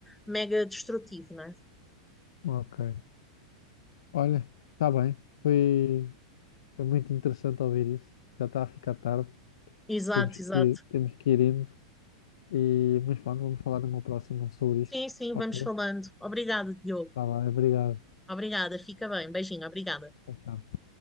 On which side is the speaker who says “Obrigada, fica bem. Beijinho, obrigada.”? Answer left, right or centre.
Centre